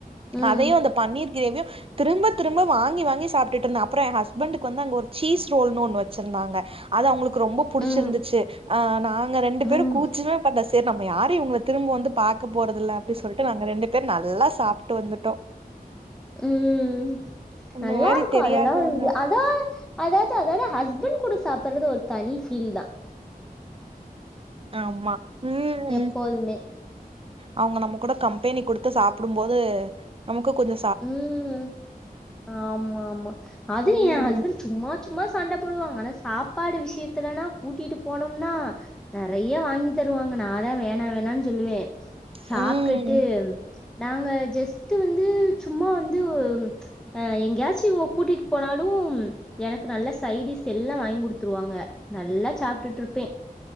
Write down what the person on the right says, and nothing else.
அதையும் அந்த பன்னீர் கிரேவியு திரும்ப திரும்ப வாங்கி வாங்கி சாப்ட்டுடு இருந்த அப்றோ என் ஹஸ்பண்டக்கு வந்து அங்க ஒரு சீஸ் ரோல்னு ஒண்ணு வச்சிருந்தாங்க அது அவங்களுக்கு ரொம்ப புடிச்சிருந்துச்சு
அ நா ங்க ரெண்டு பேரு
கூச்சமே படல செரி நம்ம யாரயு இவங்கள திரும்ப வந்து பார்க்க போறதில அப்டி சொல்லிட்டு நாங்க ரெண்டு பேர் நல்லா சாப்ட்டு வந்துட்டோ
இந்த
மாரி தெரியாதவங்க
ஆமா ம்
அவங்க நம்ம கூட கம்பெனி கொடுத்து சாப்டும் போது நமக்கு கொஞ்ச
ம்
ம்